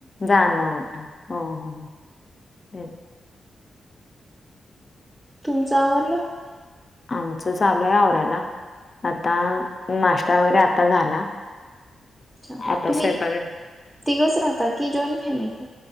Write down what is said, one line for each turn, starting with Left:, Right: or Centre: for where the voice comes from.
Left: जाण होतं. हो हो हो तेच,
Right: तुमच आवरलं?
Left: आमचं चागलय आवरायला, आता नाश्ता वगैरे आता झाला.
Right: अच्छा
Left: आता
Right: तुम्ही
Left: स्वयंपाक
Right: तिघच राहता की जॉईंट फॅमिली?